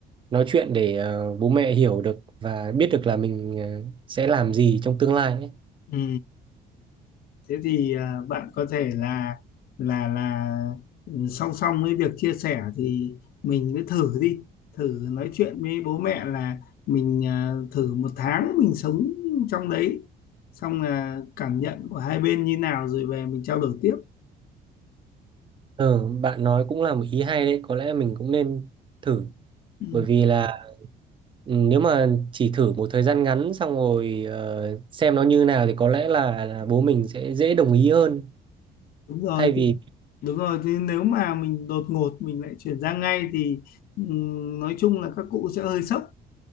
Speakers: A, on the right; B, on the left.
A: nói chuyện để ờ, bố mẹ hiểu được và biết được là mình ờ, sẽ làm gì trong tương lai ấy.
B: ừ. thế thì à, bạn có thể là là là ừ, song song với việc chia sẻ thì mình cứ thử đi thử nói chuyện với bố mẹ là mình à, thử một tháng mình sống trong đấy xong là cảm nhận của hai bên như nào rồi về mình trao đổi tiếp
A: Ờ, bạn nói cũng là một ý hay đấy, có lẽ mình cũng nên thử
B: ừ.
A: bởi vì là ừ, nếu mà chỉ thử một thời gian ngắn xong rồi ờ, xem nó như nào thì có lẽ là, là bố mình sẽ dễ đồng ý hơn
B: đúng rồi
A: thay vì
B: thì- đúng rồi thì nếu mà mình đột ngột mình lại chuyển sang ngay thì ừm, nói chung là các cụ sẽ hơi sốc